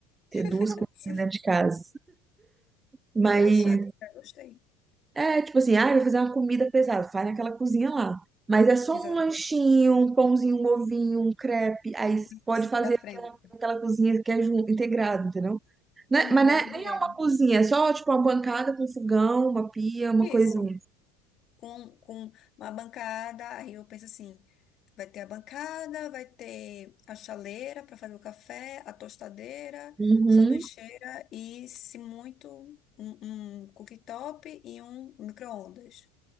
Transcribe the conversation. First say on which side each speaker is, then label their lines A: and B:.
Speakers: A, on the right; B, on the left.
A: ter
B: <laughs>
A: duas cozinhas
B: Sim.
A: dentro de casa. Mas
B: Interessante, cara, gostei.
A: é, tipo assim, ah, eu vou fazer uma comida pesada, faz naquela cozinha lá. Mas é só
B: Exato,
A: um lanchinho, um pãozinho, um ovinho, um crepe. Aí s-
B: a
A: pode
B: cozinha
A: fazer
B: da
A: aquela,
B: frente.
A: aquela cozinha que é jun- integrado, entendeu? Né?
B: É uma
A: Mas
B: boa
A: né,
B: ideia.
A: nem é uma cozinha, é só tipo uma bancada com fogão, uma pia, uma
B: Isso.
A: coisinha.
B: com, com uma bancada. Aí eu penso assim: vai ter a bancada, vai ter a chaleira para fazer o café, a tostadeira,
A: Uhum,
B: sanduicheira e, se muito, um, um cooktop e um micro-ondas.